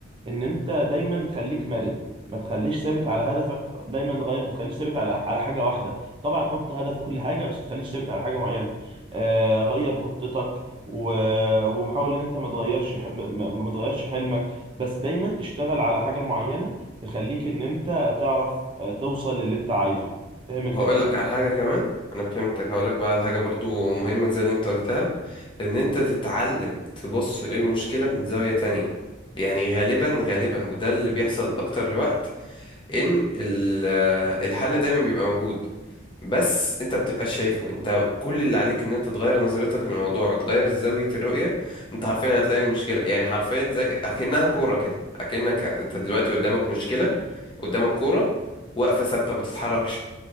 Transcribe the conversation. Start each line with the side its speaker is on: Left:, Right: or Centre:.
Right: ان انت دايما خليك مرن ما تخليش ثابت على هدفك دايما غير ما تخليش ثابت على على حاجه واحده طبعا حط هدف وكل حاجه بس ما تخليش ثابت على حاجه معينه آه غير خطتك و... وحاول ان انت ما تغيرش ح... ما... ما ما تغيرش حلمك بس دايما اشتغل على حاجه معينه تخليك ان انت تعرف آه، توصل للي انت عايزه فاهم
Left: وهقول
Right: الفكره
Left: لك على حاجة كمان انا فهمتك هقول لك بقى على حاجة برضو مهمة زي اللي انت قلتها ان انت تتعلم تبص للمشكلة من زاوية تانية يعني غالبا غالبا وده اللي بيحصل اكتر الوقت ان ال- آه، الحل دايما بيبقى موجود بس انت بتبقاش شايفه انت كل اللي عليك ان انت تغير نظرتك للموضوع وتغير زاوية الرؤية انت حرفيا هتلاقي المشكلة يعني حرفيا زي اكنها كورة كده اكنك انت دلوقتي قدامك مشكلة قدامك كورة واقفة ثابتة ما بتتحركش